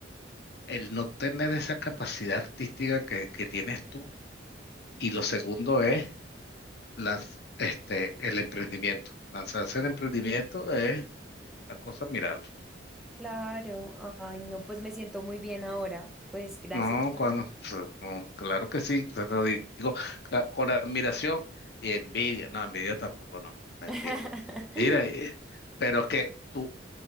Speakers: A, on the left; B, in the centre.
A: el no tener esa capacidad artística que, que tienes tú y lo segundo es lanz- este, el emprendimiento. Lanzarse el emprendimiento es la cosa admirable.
B: claro. Ay, no, pues me siento muy bien ahora. Pues gracias.
A: No, cuando, pues, no, claro que sí, te lo digo ca- con admiración y envidia. No, envidia tampoco, no, mentira.
B: <laughs>
A: Mira, eh, pero que tú,